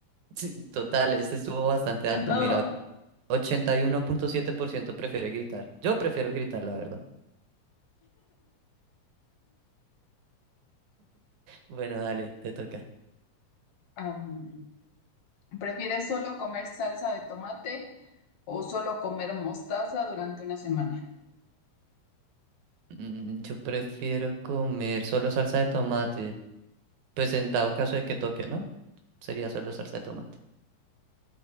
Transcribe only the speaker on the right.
Sí, total, este estuvo bastante alto.
Mira, och- ochenta y uno punto siete por ciento. prefiere gritar. Yo prefiero gritar, la verdad. Bueno, dale, te toca.
Mm, Yo prefiero comer solo salsa de tomate. Pues en dado caso de que toque, ¿no? Sería solo salsa de tomate.